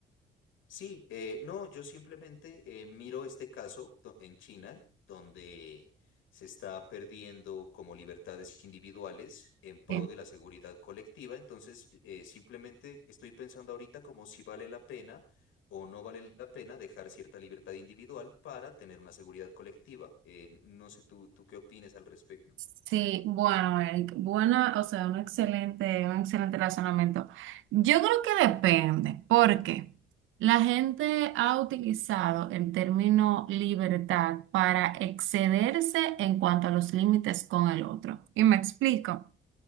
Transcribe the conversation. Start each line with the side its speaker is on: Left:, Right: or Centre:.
Left: Sí, eh, no, yo simplemente eh, miro este caso do- en China, donde se está perdiendo como libertades individuales en pro
Right: Sí.
Left: de la seguridad colectiva. Entonces, eh, simplemente estoy pensando ahorita como si vale la pena o no vale la pena dejar cierta libertad individual para tener una seguridad colectiva. Eh, no sé tú, tú qué opinas al respecto.
Right: Sí, bueno, Eric, buena, o sea, un excelente, un excelente razonamiento. Yo creo que depende, porque la gente ha utilizado el término libertad para excederse en cuanto a los límites con el otro. Y me explico.